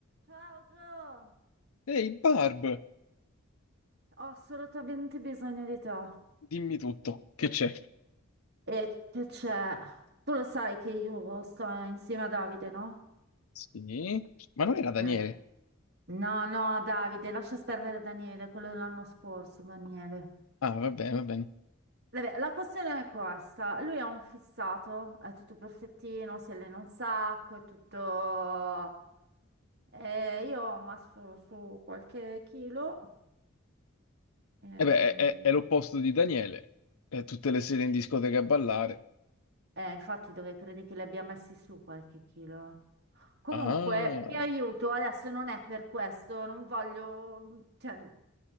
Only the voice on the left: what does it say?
Ehi, Barb,
dimmi tutto, che c'è?
Sì, ma non era
Daniele?
Ah, va bene, va bene.
E beh, è, è- è l'opposto di Daniele. È tutte le sere in discoteca a ballare.
Ah,